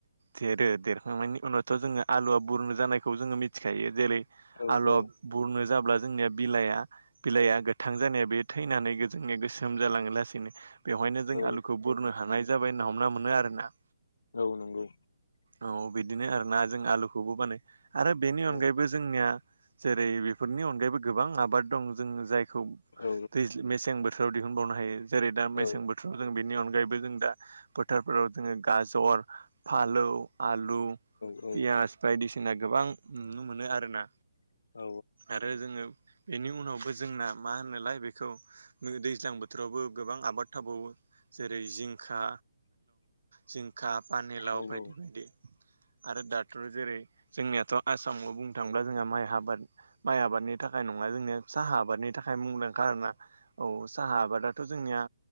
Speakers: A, on the right; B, on the left.
A: देरो देरखांनायनि उनाव थ' जोङो आलुआ बुरनो जानायखौ जोङो मिथिखायो जेरै
B: औ
A: आल'ब
B: औ
A: बुरनो जाब्ला जोंनिया बिलाया बिलाइआ गोथां जानाया बे थैनानै जोंनि गोसोम जालाङो लासैनो बेवहायनो जों
B: औ
A: आलुखौ बुरनो हानाय जाबाय होनना हमना मोनो आरोना
B: औ नंगौ
A: औ बिदिनो आर ना जों आलुखौबो बानाय आरो बेनि
B: औ
A: अनगायैबो जोंनिया जेरै बेफोरनि अनगायैबो गोबां आबाद दं जों जायखौ
B: औ
A: दैयज मेसें बोथोर बोथोराव दिहुनबावनो हायो जेरै दा मसें
B: औ
A: बोथोराव जों बिअनगा अगायैबो जों दा फोथारफोराव जोङो गाजर फालौ आलु
B: औ
A: पियास बायदिसिना गोबां नुनो मोनो आर ना
B: औ
A: आरो जोङो बेनि उनावबो जोंना मा होनोलाय बेखौ दैज्लां बोथोरावबो गोबां आबाद थाबावो जेरै जिंखा जिंखा पानिलाव
B: औ
A: बायदि
B: औ
A: बायदि आरो दाथ' जेरै जोंनियाथ' आसामाव बुंनो थाङोब्ला जोंहा माइ आबाद माइ आबादनि थाखाय नङा जोंनिया साहा आबादनि थाखाय मुंदां खारना औ साहा आबादाथ' जोंनिया